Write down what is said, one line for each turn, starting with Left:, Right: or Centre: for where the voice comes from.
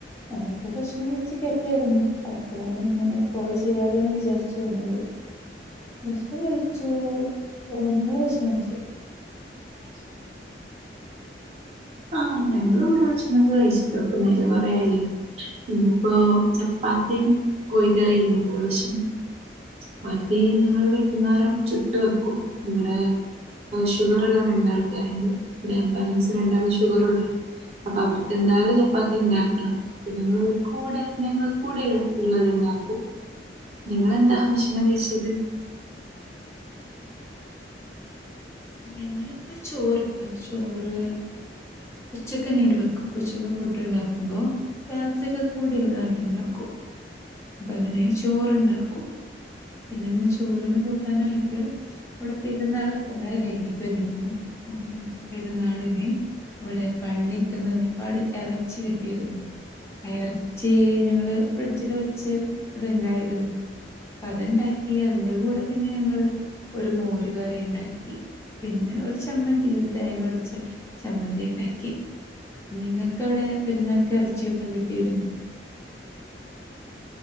Left: നമ്മൾ ഇപ്പൊ ഭക്ഷണം കഴിച്ച് കിടക്കായിരുന്നു <unintelligible> അപ്പോഴാണ് ഇങ്ങനെ കോള് ചെയ്യാലോ എന്ന് വിചാരിച്ചു വന്നത് ഭക്ഷണം കഴിച്ചു ഓ നിങ്ങള് ഭക്ഷണം കഴിച്ചോ?
Right: <inaudible> ആഹ ഞങ്ങള് ഇവിടെ ഭക്ഷണൊക്കെ കഴിച്ചിട്ടോ ഇപ്പൊ നേരം കൊറേ ആയില്ലേ പിന്ന ഇപ്പോ ചപ്പാത്തിയും കോഴിക്കറിയും ഇവിടെ ഭക്ഷ ചപ്പാത്തി ഞങ്ങൾ വൈകുന്നേരം ചുട്ടു വെക്കും ഇവിടെ ഷുഗർ ഉള്ള രണ്ടാൾക്കാരുണ്ട് ഗ്രാൻഡ് പാരന്റ്സ് രണ്ടാളും ഷുഗറുള്ളവർ അപ്പൊ അവർക്ക് എന്തായാലും ചപ്പാത്തി ഉണ്ടാക്കണം അപ്പൊ ഞങ്ങൾ കൂടെ ഞങ്ങൾക്കൂടെ ഉള്ളത്ണ്ടാക്കും നിങ്ങെക്കെന്താ ഭക്ഷണം കഴിച്ചത്
Left: ഞങ്ങളുപ്പ ചോറുണ്ടാവും, ചോറ് ഉച്ചക്കങ്ങനെ വെക്കും. ഉച്ചക്ക് ഫുഡ് ഉണ്ടാക്കുമ്പോ രാത്രിക്ക കൂടി ഉള്ളതായിട്ടുണ്ടാക്കും. അപ്പ അങ്ങനെ. ചോറുണ്ടാക്കും. പിന്നെ ഇന്ന് ചോറിന് കൂട്ടാനായിട്ട് ഇവിടെ പെരുന്നാള് <unintelligible> കഴിഞ്ഞിട്ടന്നള്ളു അപ്പൊ ഞങ്ങക്ക് പെരുന്നാളിന് ഇവിടെ പള്ളിക്കന്ന് ഒരുപാട് ഇറച്ചി കിട്ടിയിരുന്നു. ആ ഇറച്ചി ഞങ്ങള് ഫ്രിഡ്ജിൽ വെച്ച് ഇത്ണ്ടായിരുന്നു. അത്ണ്ടാക്കി അതിന്റെ കൂടെ പിന്നെ ഞങ്ങള് ഒരു മോരുകറി ഉണ്ടാക്കി. പിന്നെ ഒരു ചമ്മന്തി ഒരു തേങ്ങ ഒടിച്ച് ചമ്മന്തി ഇണ്ടാക്കി. നിങ്ങൾക്ക് അവിടെ പെരുന്നാക്ക് ഇറച്ചിയൊക്കെ കിട്ടിയിരുന്നു.